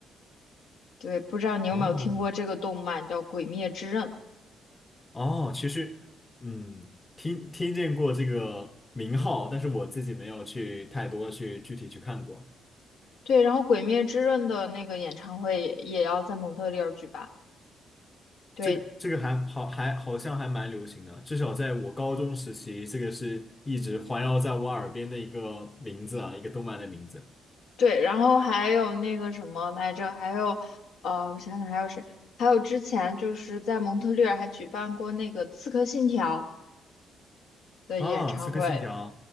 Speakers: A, on the left; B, on the left.
A: 对，不知道你有没有听过这个动漫叫《鬼灭之刃》？
B: 哦哦，其实嗯，听听见过这个名号，但是我自己没有去太多去具体去看过。
A: 对，然后《鬼灭之刃》的那个演唱会也也要在蒙特利尔举办。对，
B: 这个这个还好还好像还蛮流行的，至少在我高中时期，这个是一直环绕在我耳边的一个名字啊，一个动漫的名字
A: 对，然后还有那个什么来着，还有，呃，我想想还有谁，还有之前就是在蒙特利尔还举办过那个《刺客信条》的演唱会，
B: 啊，《刺客信条》